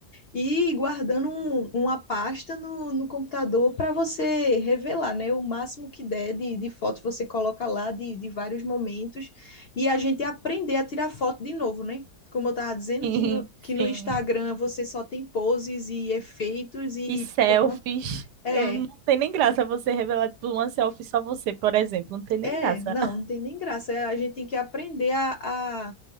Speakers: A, on the left; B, on the right.
A: e ir guardando um- uma pasta no, no computador para você revelar, né? O máximo que der de, de foto você coloca lá de, de vários momentos e a gente aprender a tirar foto de novo, né? Como eu estava dizendo,
B: Sim,
A: que no, que no
B: sim.
A: Instagram você só tem poses e efeitos e
B: E selfies.
A: pronto. É,
B: Não tem nem graça você revelar tipo, uma selfie só você, por exemplo. Não tem nem
A: é,
B: graça.
A: não, não tem nem graça. É, A gente tem que aprender a, a,